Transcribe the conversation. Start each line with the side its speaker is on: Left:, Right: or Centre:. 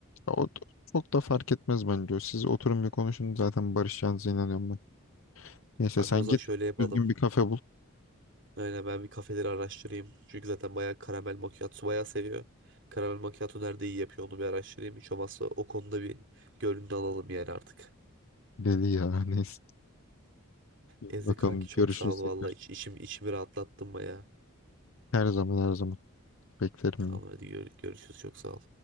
Left: O da- çok da fark etmez bence. o. Siz oturun bir konuşun zaten barışacağınıza inanıyorum ben. Neyse
Right: kanka
Left: sen
Right: o zaman
Left: git
Right: şöyle yapalım.
Left: düzgün bir kafe bul.
Right: Aynen ben bir kafeleri araştırayım. Çünkü zaten bayağı karamel macchiato bayağı seviyor. Karamel macchiato nerede iyi yapıyor onu bir araştırayım. Hiç olmazsa o konuda bir gönlünü alalım yani artık.
Left: Deli ya <laughs> neyse. Bakalım
Right: Ezdi kanki çok
Left: görüşürüz
Right: sağ ol
Left: tekrar.
Right: valla. İç, içim, içimi rahatlattın baya.
Left: Her zaman her zaman beklerim.
Right: Tamam
Left: yine.
Right: hadi gör- görüşürüz çok sağ ol.